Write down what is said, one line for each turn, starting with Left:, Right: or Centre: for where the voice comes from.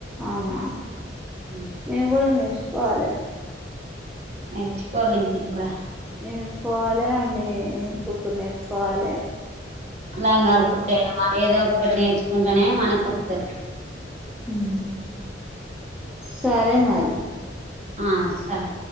Centre: అవునా
Right: మ్
Centre: నేను గూడా నేర్చుకోవాలే
Right: నేర్చుకోల్లి మేం కూడా
Centre: నేర్చుకోవాలే అన్నీ కుట్టుడ్నేర్చుకోవాలే
Right: లంగాలు కుట్టేయడమా ఏదో ఒకటి నేర్చుకుంటేనే మనకొత్తది
Centre: మ్ సరే మరి
Right: ఆ సరే